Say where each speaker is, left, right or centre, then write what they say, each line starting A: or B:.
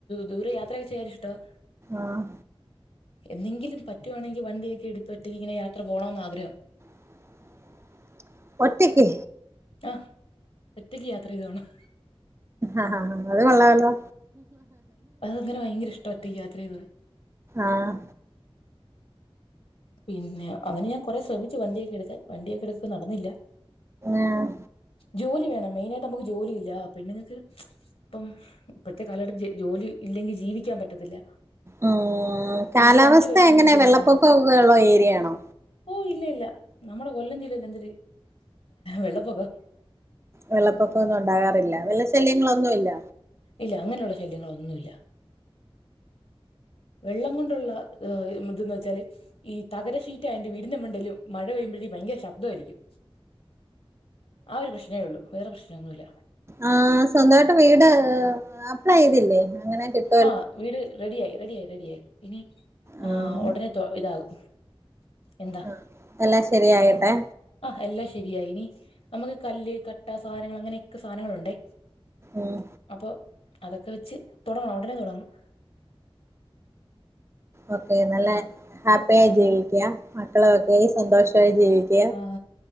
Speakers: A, on the left; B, on the right.
A: ദൂരെ യാത്രൊക്കെ ചെയ്യാ ഇഷ്ടമാ
B: ആഹ്
A: എന്നെങ്കിലും പറ്റുവാണെങ്കിൽ വണ്ടിയൊക്കെ എടുത്ത ഒറ്റയ്ക്ക് ഇങ്ങനെ യാത്ര പോകണന്ന് ആഗ്രഹം
B: <inaudible> ഒറ്റക്ക്
A: ആഹ് ഒറ്റയ്ക്ക് യാത്ര ചെയ്തോണം
B: ആഹ് ആഹ് അത് കൊള്ളാലോ
A: അങ്ങനെ ഭയങ്കര ഇഷ്ട ഒറ്റക് യാത്ര ചെയുന്നത്
B: ആഹ്
A: പിന്നെ അങ്ങനെ ഞാൻ കൊറെ ശ്രമിച്ചു വണ്ടിയൊക്കെ എടുക്കാൻ വണ്ടിയൊക്കെ എടുക്ക നടന്നില്ല
B: ആഹ്
A: ജോലി വേണം മെയിനായിട്ട് നമുക്ക് ജോലി ഇല്ല പെണ്ണുങ്ങൾക്ക് ഇപ്പം ഇപ്പോഴത്തെ കാലഘട്ട ജോലി ഇല്ലെങ്കിൽ ജീവിക്കാൻ പറ്റത്തില്ല
B: ഉം കാലാവസ്ഥ
A: വീട്ടിൽ രണ്ടു പേർക്കും
B: എങ്ങനെ
A: ജോലി
B: വെള്ളപ്പൊക്കൊക്കെ
A: വേണം
B: ഉള്ള ഏരിയയാണോ
A: ഓ ഇല്ല ഇല്ല നമ്മളുടെ കൊല്ലം ജില്ലയിൽ എന്ത വെള്ളപ്പൊക്കം
B: വെള്ളപ്പൊക്കമൊന്നും ഉണ്ടാകാറില്ല വെള്ള ശല്യങ്ങളൊന്നും ഇല്ല
A: ഇല്ല അങ്ങനെയുള്ള ശല്യങ്ങളൊന്നുല്ല വെള്ളം കൊണ്ടുള്ള ഇതന്ന് വെച്ചാല് ഈ തകരശീറ്റ അതിന്റെ വീടിന്റെ മണ്ടേലും മഴ പെയ്യുമ്പഴേ ഭയങ്കര ശബ്ദമായിരിക്കും ആഹ് ഒരു പ്രശ്നേ ള്ളൂ വേറെ പ്രശ്ന ഒന്നുല്ല
B: ആഹ് സ്വന്തമായിട്ട് വീട് അപ്ലൈ ചെയ്തില്ലേ അങ്ങനെ കിട്ട
A: ആഹ് വീട് റെഡിയായി റെഡിയായി റെഡിയായി ഇനി
B: ആഹ്
A: ആ ഉടനെ ത ഇതാകും എന്താ
B: ആഹ് എല്ലാം ശരിയാകട്ടെ
A: ആഹ് ആഹ് എല്ലാം ശരിയായി ഇനി നമുക്ക് കല്ല് കട്ട സാനങ്ങൾ അങ്ങനെയൊക്കെ സാധനങ്ങളുണ്ടേ
B: ആഹ്
A: അപ്പൊ അതൊക്കെ വെച്ച് തുടങ്ങും ഉടനെ തുടങ്ങും
B: ഓക്കെ നല്ല ഹാ യായി
A: അങ്ങനെ
B: ജീവിക്ക മക്കളൊക്കെ സന്തോഷമായി ജീവിക്ക
A: ആ